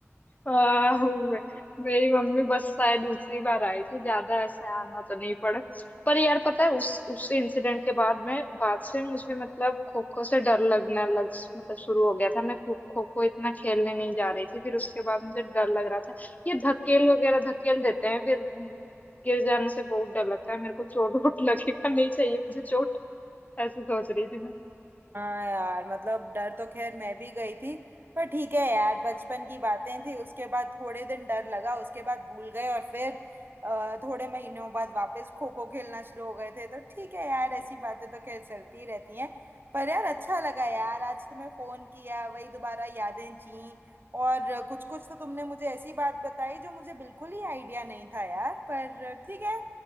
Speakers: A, on the left (about 30°); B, on the right (about 45°).
A: आह, मे- मेरी मम्मी बस शायद दूसरी बार आई थी ज्यादा ऐसे आना तो नहीं पड़ा पर यार पता है उस उस इंसिडेंट के बाद में बाद से मुझे मतलब खो खो से डर लगने लग मतलब शुरू हो गया था मैं खो खो खो इतना खेलने नहीं जा रही थी फिर उसके बाद मुझे डर लग रहा था ये धकेल वगैरह धकेल देते हैं फिर हम्म, गिर जाने से बहुत डर लगता है मेरे को चोट वोट लगेगा नहीं चाहिए मुझे चोट ऐसे सोच रही थी मैं
B: हाँ यार मतलब डर तो खैर मैं भी गई थी पर ठीक है यार बचपन की बातें थी उसके बाद थोड़े दिन डर लगा उसके बाद भूल गए और फिर अ, थोड़े महीनों बाद वापस खो खो खेलना शुरू हो गए थे तो ठीक है यार ऐसी बातें तो खैर चलती ही रहती हैं पर यार अच्छा लगा यार आज तुम्हें फोन किया वही दोबारा यादें जी और कुछ कुछ तो तुमने मुझे ऐसी बात बताई जो मुझे बिल्कुल ही आइडिया नहीं था यार पर ठीक है